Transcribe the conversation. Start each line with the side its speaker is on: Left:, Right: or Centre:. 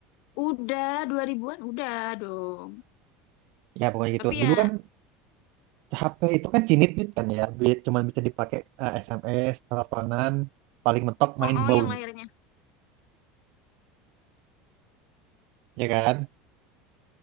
Left: Udah 2000-an udah dong.
Right: Ya pokoknya gitu.
Left: Tapi
Right: Dulu
Left: ya
Right: kan HP itu kan cinit-cinit kan ya, bi- cuman bisa dipakai eh, SMS, teleponan, paling mentok
Left: oh,
Right: main
Left: oh
Right: Bounce,
Left: yang lahirnya
Right: ya kan?